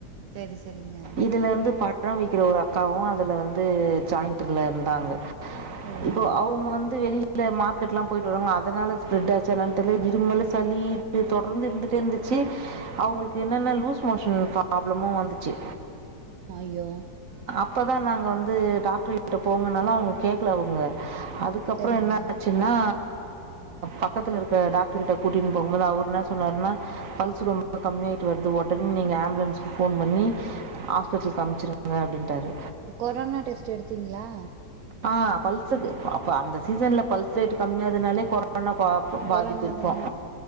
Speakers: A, on the right; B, on the right.
A: செரி செரிங்க
B: இதுலேருந்து பழம் விக்கிற ஒரு அக்காவும் அதுல வந்து ஜாயி்ண்ட்ல இருந்தாங்க
A: ஓ
B: இப்போ அவுங்க வந்து வெளில மார்க்கெட்லாம் போயிட்டு வராங்க அதனால ஸ்ப்ரெட் ஆச்சு ஆ இருமல சளி தொடர்ந்து இருந்துட்டே இருந்துச்சு அவங்களுக்கு என்னநா லூஸ் மோஷன் பிராப்ளமும் வந்துச்சு
A: ஐயோ
B: இப்பதான் நாங்க வந்து டாக்ட ரிட்ட போங்கனால அவுங்க கேட்கல அவுங்க அதுக்கப்பறம்
A: செரிங்க
B: என்ன ஆச்சுன்னா பக்கத்தில் இருக்க டாக்டரு கிட்ட கூட்டிகினு போகும்போது அவர் என்ன சொன்னார்னா பல்ஸ் ரொம்ப கம்மியாய்ட்டு வருது உடனே நீங்கள் ஆம்புலன்ஸ்கு ஃபோன் பண்ணி ஹாஸ்பிட்டலுக்கு அமுச்சுருங்க அப்டின்டாரு
A: கொரோனா டெஸ்ட் எடுத்தீங்களா
B: ஆஹ பல்ஸிக்கு அ அந்த சீசன்ல பல்ஸ் ரேட் கம்மியாதுனாலே கொரோனா பாதிப்பு
A: கொரோனா
B: இருக்கும்
A: தான